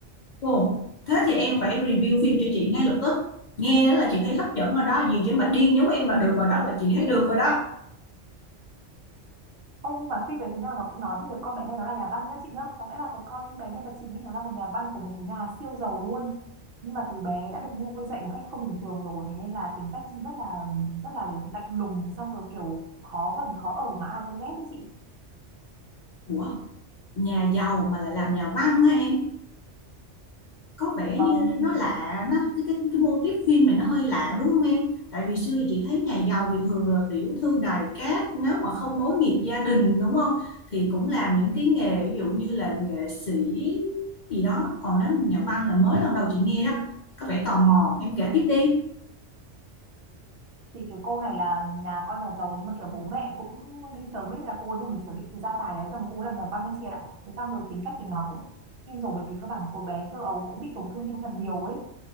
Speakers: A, on the left; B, on the right.
A: Ồ, thế thì em phải review phim cho chị ngay lập tức. Nghe đó là chị thấy hấp dẫn rồi đó, gì chứ mà điên giống em là được rồi đó là chị thấy được rồi đó.
B: Ông nhưng mà phi về thế nào mà cũng nói về việc con bé này nó là nhà văn nhá chị nhá. Có nghĩa là cái con bé nhân vật chính ấy nó là một nhà văn của một cái nhà siêu giàu luôn. Nhưng mà từ bé đã được nuôi dạy một cách không bình thường rồi thế nên là tính cách rất là rất là lạnh lùng xong rồi kiểu khó gần khó ở mà ai cũng ghét đấy chị.
A: Ủa, nhà giàu mà lại làm nhà văn hả em? có vẻ
B: Vâng
A: như
B: thì,
A: nó lạ nó cái cái cái mô típ phim này nó hơi lạ đúng không em tại vì xưa thì chị thấy nhà giàu thì thường là tiểu thư đài cát nếu mà không nối nghiệp gia đình đúng không thì cũng làm những cái nghề ví dụ như là nghệ sĩ gì đó còn làm nhà văn là mới lần đầu chị nghe đó có vẻ tò mò em kể tiếp đi
B: thì cái cô này là nhà con nhà giàu nhưng mà kiểu bố mẹ cũng đi sớm ấy là cô ấy vô mình sở hữu cái gia tài đấy xong rồi cô ấy làm nhà văn anh chị ạ. Thế xong rồi tính cách thì nó cũng kinh rồi bởi vì các bạn hồi bé thơ ấu cũng bị tổn thương tinh thần nhiều ấy